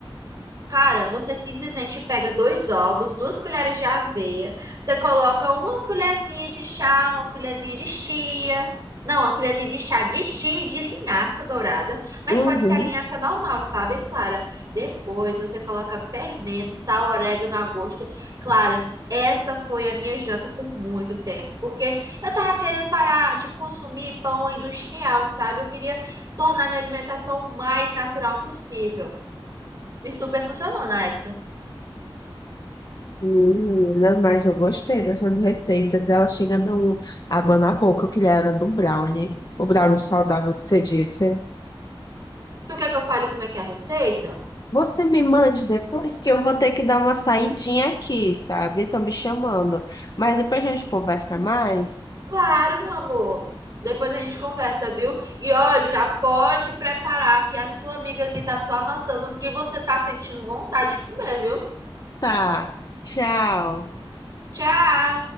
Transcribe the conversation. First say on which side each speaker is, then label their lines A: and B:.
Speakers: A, on the right; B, on the left.
A: Cara, você simplesmente pega dois ovos, duas colheres de aveia, você coloca uma colherzinha de chá, uma colherzinha de chia. Não, uma colherzinha de chá de chia, e de linhaça dourada, mas
B: Uhum.
A: pode ser a linhaça normal, sabe, Clara? Depois você coloca fermento, sal, orégano a gosto. Clara, essa foi a minha janta por muito tempo, porque eu tava querendo parar de consumir pão industrial, sabe? Eu queria tornar minha alimentação o mais natural possível. E super funcionou na época.
B: Menina, mas eu gostei dessas receitas. Ela chega dando água na boca. Eu queria era do brownie. O brownie saudável que você disse.
A: Tu quer que eu fale como é que é a receita?
B: Você me mande depois que eu vou ter que dar uma saidinha aqui, sabe? Estão me chamando. Mas depois a gente conversa mais.
A: Claro, meu amor. Depois a gente conversa, viu? E ó, já pode preparar que a sua amiga aqui tá só anotando o que você tá sentindo vontade de comer, viu?
B: Tá. Tchau.
A: Tchau!